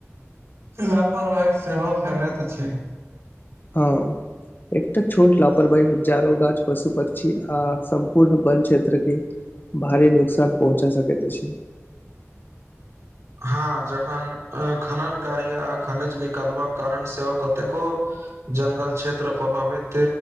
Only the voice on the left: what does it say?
हँ- एकटा छोट लापरवाही हजारो गाछ, पशु, पक्षी आ सम्पूर्ण वन क्षेत्र के भारी नुकसान पहुँचा सकैत अछि। <inaudible>